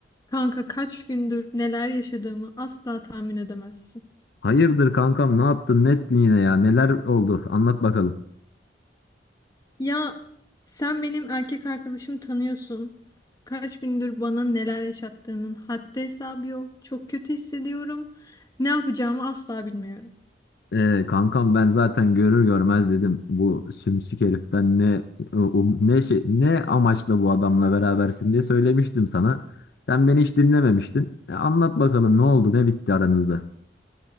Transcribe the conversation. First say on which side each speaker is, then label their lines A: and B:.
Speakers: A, on the left; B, on the left.
A: Kanka kaç gündür neler yaşadığımı asla tahmin edemezsin.
B: Hayırdır kankam ne yaptın ne ettin yine ya neler oldu anlat bakalım.
A: Ya sen benim erkek arkadaşımı tanıyorsun. Kaç gündür bana neler yaşattığının haddi hesabı yok. Çok kötü hissediyorum. Ne yapacağımı asla bilmiyorum.
B: Ee, kankam ben zaten görür görmez dedim bu sümsük heriften ne e, um- ne şey, ne amaçla bu adamla berabersin diye söylemiştim sana. Sen beni hiç dinlememiştin. E, anlat bakalım ne oldu ne bitti aranızda.